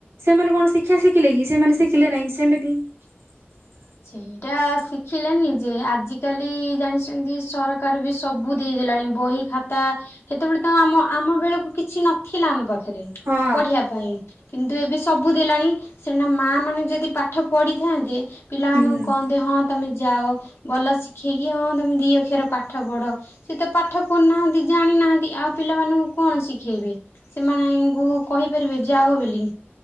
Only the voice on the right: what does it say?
ସେମାନେ କଣ ଶିକ୍ଷା ଶିଖିଲେ କି ସେମାନେ ଶିଖିଲେ ନାହିଁ ସେମତି ହଁ।
ହଁ
ହୁଁ।